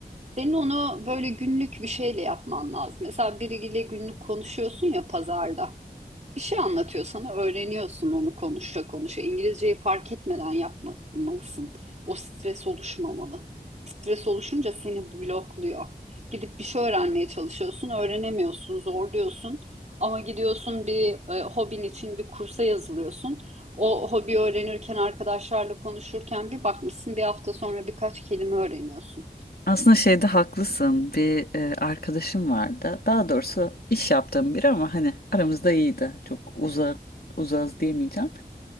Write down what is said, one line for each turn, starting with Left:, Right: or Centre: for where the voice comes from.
Right: Senin onu böyle günlük bir şeyle yapman lazım. Mesela biriyle günlük konuşuyorsun ya pazarda. Bir şey anlatıyor sana, öğreniyorsun onu konuşa konuşa. İngilizceyi fark etmeden yapmalısın. O stres oluşmamalı. Stres oluşunca seni blokluyor. Gidip bir şey öğrenmeye çalışıyorsun, öğrenemiyorsun, zorluyorsun. Ama gidiyorsun bir e, hobin için bir kursa yazılıyorsun. O hobi öğrenirken, arkadaşlarla konuşurken bir bakmışsın bir hafta sonra birkaç kelime öğreniyorsun.
Left: Aslında şeyde haklısın. Bir e, arkadaşım vardı. Daha doğrusu iş yaptığım biri ama hani aramızda iyiydi. Çok uzak uzağız diyemeyeceğim.